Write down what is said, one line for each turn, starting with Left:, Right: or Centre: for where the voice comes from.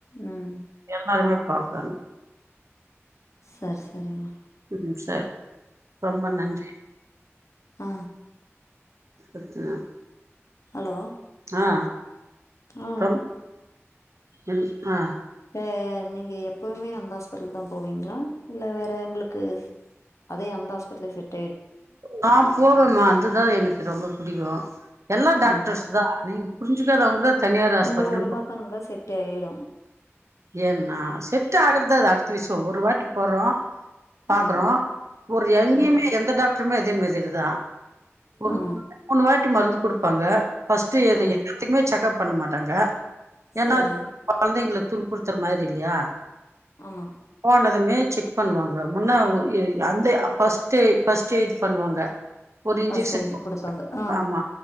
Left: ம்
Right: எல்லாருமே பாப்பாங்க
Left: சர் சரிம்மா
Right: ம் சார் ரொம்ப நன்றி
Left: ஆ
Right: <inaudible>
Left: ஹலோ
Right: ஆ
Left: ஆ
Right: ரொம் என் ஆ
Left: டே‌ நீங்க எப்பவுமே அந்த ஹாஸ்பெட்ளுக்கு தா போவீங்ளா இல்ல வேற உங்குளுக்கு அதே அந்த ஹாஸ்பிடலே சேப்
Right: நா போவேம்மா அதுதா எனக்கு ரொம்ப புடிக்கு எல்லா டாக்டர்ஸ்
Left: ம்
Right: தா நீங்க புருஞ்சுகாதாவங்கதா தனியார் ஹாஸ்பிட்டல்னு
Left: உங்க உடம்புக்கு
Right: போ
Left: அங்க செட்டேய்டு
Right: ஏன்னா செட் ஆகுறத அது அடுத்த விஷ்யோ ஒரு வாட்டி போறோ
Left: ம்
Right: பாக்குறோ ஒரு எங்கயுமே
Left: ம்
Right: எந்த டாக்டருமே அதே மாதிரி தா ஒரு
Left: ஆ
Right: மூணு வாட்டி மருந்து குடுப் பாங்க ஃபர்ஸ்ட் எது
Left: ஆ
Right: எல்லாத்துக்குமே செக்அப் பண்ண மாட்டாங்க ஏன்னா
Left: சரி
Right: அது கொழந்தைங்கல துன்புறுத்துற மாரி இல்லையா
Left: ஆமா
Right: போனதுமே செக் பண்ணுவாங்க முன்னா எ அந்தே ஃபர்ஸ்ட் டே ஃபஸ்ட்டேய்டு பண்ணுவாங்க ஒரு
Left: ஃபஸ்ட்டெய்டு
Right: இன்ஜெக்ஷன் போடுவாங்க.
Left: குடுப்பாங்க ஆ
Right: ஆமா